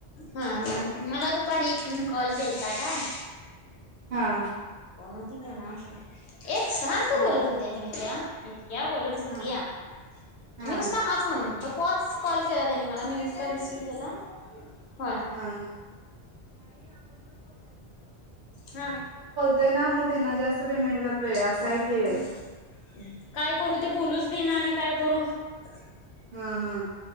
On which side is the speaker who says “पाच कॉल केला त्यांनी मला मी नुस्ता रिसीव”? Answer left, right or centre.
Left